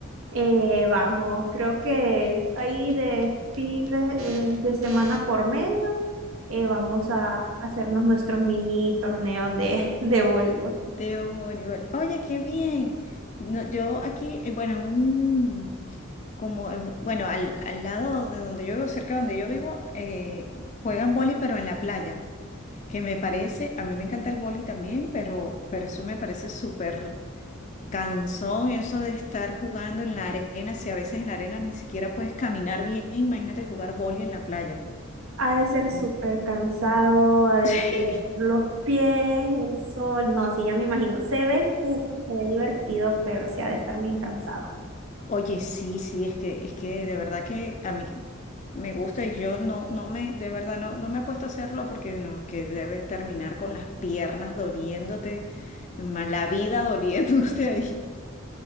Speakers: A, on the right; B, on the left.
A: eh, vamos, creo que ahí de fin de, eh, de semana por mes eh, vamos a hacernos nuestros mini torneos de, <laughs> de voleibol.
B: de voleibol. Oye, qué bien. No, yo aquí, eh, bueno, un, como, en- bueno, al, al lado de donde yo vivo, cerca de donde yo vivo, eh, juegan vóley, pero en la playa. Que me parece, a mí me encanta el vóley también, pero, pero eso me parece súper cansón, eso de estar jugando en la arena, si a veces en la arena ni siquiera puedes caminar bien, imagínate jugar vóley en la playa.
A: Ha de ser súper
B: Mm.
A: cansado, ha de
B: <laughs>
A: doler los pies, el sol. No, sí, ya me imagino. Se ve cool, se ve divertido, pero sí ha de estar bien cansada.
B: Oye, sí, sí, es que, es que de verdad que a mí me gusta y yo no, no me, de verdad, no, no me he puesto a hacerlo porque no, es que debes terminar con las piernas doliéndote, más la vida doliéndote <laughs> ahí,